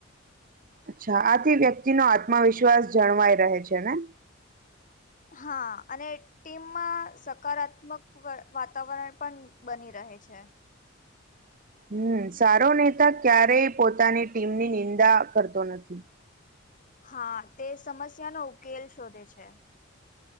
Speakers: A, on the right; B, on the left.
A: અચ્છા આથી વ્યક્તિનો આત્મવિશ્વાસ જળવાય રહે છેને?
B: હા અને એ ટીમમાં સકારાત્મક વ વાતાવરણ પણ બની રહે છે.
A: હમ્મ, સારો નેતા ક્યારેય પોતાની ટીમની નિંદા કરતો નથી.
B: હા તે સમસ્યા નો ઉકેલ શોધે છે.